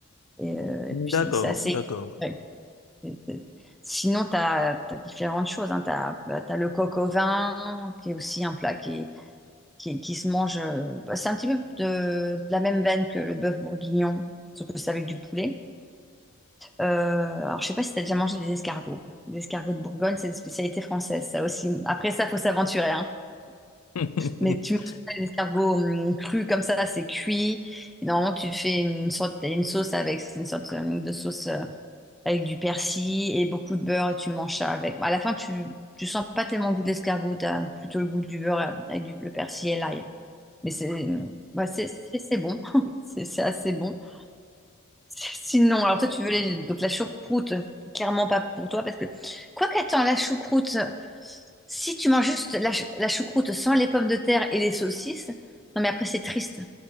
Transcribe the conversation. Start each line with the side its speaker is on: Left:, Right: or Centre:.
Centre: Et, euh, et
Left: D'accord,
Centre: puis c'est c'est assez.
Left: d'accord.
Centre: équilibré. C'est- c'est- Sinon, tu as, différentes choses. Hein. Tu as, le coq au vin, qui est aussi un plat qui, qui, qui se mange. euh, bah, C'est un petit peu de, de la même veine que le bœuf bourguignon, sauf que c'est avec du poulet. Euh, alors, je sais pas si tu as déjà mangé des escargots. Les escargots de Bourgogne, c'est une spécialité française, ça aussi. Après ça, faut s'aventurer. hein.
Left: <laughs>
Centre: Mais tu manges pas les escargots hum, crus comme ça, c'est cuit. Et normalement, tu fais une sorte, une sauce avec, c'est une sorte hum, de sauce. euh, avec du persil et beaucoup de beurre et tu manges ça avec. Bon, À la fin, tu tu sens pas tellement le goût d'escargot, tu as plutôt le goût du beurre euh, avec du, le persil et l'ail. Mais c'est ouais, c'est c'est- c'est bon, <laughs> c'est c'est assez bon. <laughs> Sinon, alors toi, tu veux les, donc la choucroute, clairement pas pour toi parce que quoi qu'attends, la choucroute, si tu manges juste la, chou- la choucroute sans les pommes de terre et les saucisses, non mais après c'est triste